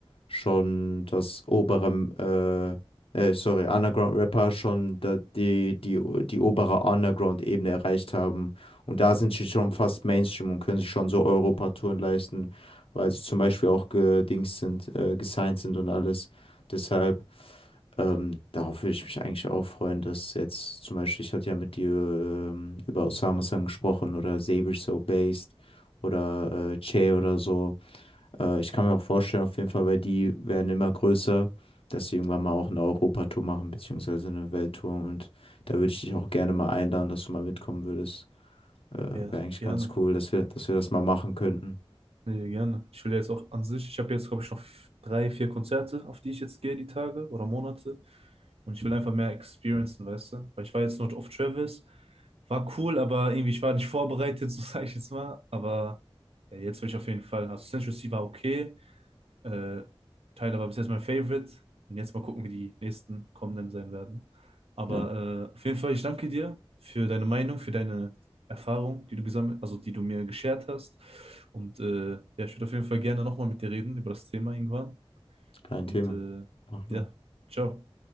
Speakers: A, on the left (about 70°); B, on the right (about 75°).
A: schon das obere, äh, äh, sorry, Underground-Rapper schon da, die, die, die obere Underground-Ebene erreicht haben. Und da sind sie schon fast Mainstream und können sich schon so Europatouren leisten, weil sie zum Beispiel auch gedings sind, äh, gesigned sind und alles. Deshalb, ähm, darauf würde ich mich eigentlich auch freuen, dass jetzt zum Beispiel, ich hatte ja mit dir ähm, über Osama-san gesprochen oder Saber So Based oder äh, Che oder so. Äh, ich kann mir auch vorstellen, auf jeden Fall, weil die werden immer größer, dass sie irgendwann mal auch eine Europatour machen, beziehungsweise eine Welttour. Und da würde ich dich auch gerne mal einladen, dass du mal mitkommen würdest. Äh,
B: Ja,
A: wäre eigentlich
B: gerne.
A: ganz cool, dass wir, dass wir das mal machen könnten.
B: Nee, gerne. Ich will jetzt auch an sich, ich habe jetzt, glaube ich, noch f- drei, vier Konzerte, auf die ich jetzt gehe, die Tage oder Monate. Und ich will einfach mehr experiencen, weißt du? Weil ich war jetzt nur auf Travis, war cool, aber irgendwie, ich war nicht vorbereitet, <laughs> so sage ich jetzt mal. Aber ja, jetzt will ich auf jeden Fall. Also Central Cee war okay. Äh, Tyler war bis jetzt mein Favorite. Und jetzt mal gucken, wie die nächsten kommenden sein werden. Aber
A: Ja,
B: äh, auf jeden Fall, ich danke dir für deine Meinung, für deine Erfahrung, die du gesammelt, also die du mir geshared hast. Und äh, ja, ich würde auf jeden Fall gerne nochmal mit dir reden über das Thema irgendwann.
A: kein
B: Und
A: Thema.
B: äh,
A: Machen
B: ja,
A: wir.
B: ciao.